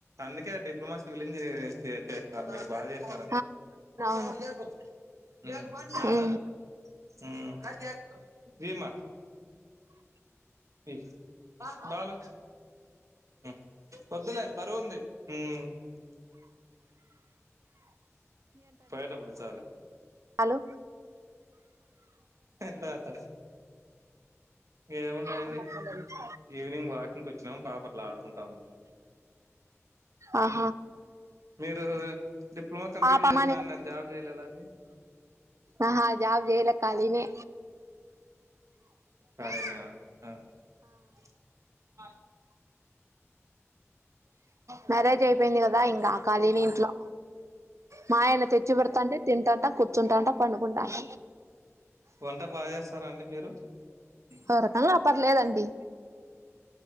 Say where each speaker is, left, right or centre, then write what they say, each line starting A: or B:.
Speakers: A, on the right (about 85°); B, on the right (about 70°).
A: అందుకే డిప్లొమా, సివిల్ ఇంజనీరింగ్ చే చేస్నారు మీరు. బా జెస్నారు.
B: ఆ
A: ఉమ్
B: అవును
A: నాధను
B: ఉమ్
A: ఉమ్ విమా వి దాలు ఉహ్ వాద్దులే అది బరువుంది. ఉహ్మ్ పోయేటప్పుడిస్సలే
B: హలో
A: తాత
B: <inaudible>
A: ఏమున్నాయండి ఈవినింగ్ వాకింగ్కి వచ్చినాం పాప అట్లా ఆడుకుంటా ఉంది
B: ఆహా
A: మీరు డిప్లొమా కంప్లీట్
B: పాపమా
A: చేసిన అన్నారు జాబ్ చేయలేదా అండి
B: ఆహా జాబ్ చేయలే కాలినే
A: <inaudible>
B: మ్యారేజ్ అయిపోయింది కదా ఇంకా కాలినే ఇంట్లో మాయన తెచ్చి
A: అవునా
B: పెడతంటే తింటంట కూర్చుంటాంట పండుకుంటాంట
A: వంట బాగా చేస్తారా అండి మీరు
B: ఒక రకన్ంలో పర్లేదండి